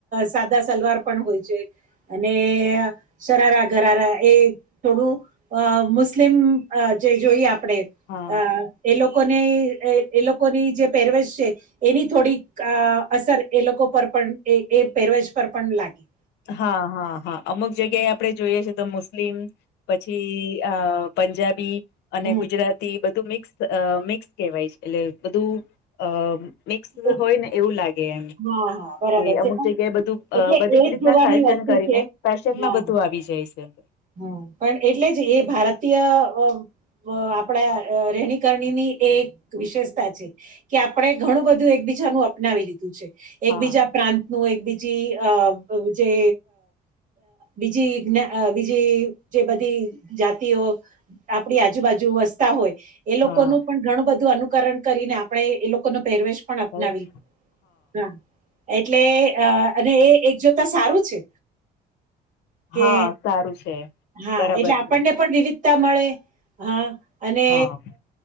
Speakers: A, on the right; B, on the left.
A: સાદા સલવાર પણ હોય છે અને શરારા ઘરારા એ થોડું અ મુસ્લિમ જે જોઈએ આપણેે
B: હા
A: અ એ લોકોને એ લોકોની જે પેરવેશ છે. એની થોડીક અસર એ લોકો પર પણ એ પહેરવેજ પર પણ લાગી
B: હા હા હા અમુક જગ્યાએ આપે જોઈએ છે તો મુસ્લિમ પછી અ પંજાબી અને
A: હમ
B: ગુજરાતી બધું મિક્સ મિક્સ કહેવાય છે એટલે બધું અ મિક્સ
A: એક-
B: હોય ને એવું લાગે એ
A: હા હા બરાબર
B: કે
A: છે
B: અમુક
A: પણ
B: જગ્યાએ બધું
A: એટલે
B: બધી
A: એ
B: જ રીતે
A: જોવાની
B: ફેશન
A: વસ્તુ
B: કરીને
A: છે
B: ફેશન
A: હા
B: માં બધું આવી જાય છે.
A: હમ પણ એટલે જ એ ભારતીય અ આપણા રહેણી કરણી ની એ એક વિશેષતા છે. કે આપણે ઘણું બધું એકબીજાનું અપનાવી લીધું છે એકબીજા.
B: હા
A: પ્રાંત નું એક બીજી જે બીજી જ જે બધી જાતિઓ આપડી આજુબાજુ વસતા હોય? એ લોકોનું
B: હા
A: પણ ઘણું બધું અનુકરણ કરીને આપણે એ લોકો ન પેરવેશ પણ અપનાવી
B: બસ.
A: હા એટલે અને એ એક જોતા સારું છે. કે
B: હા સારું છે.
A: હા
B: બરાબર
A: એટલે આપણને
B: છે
A: પણ વિવિધતા મળે હા અને.
B: હા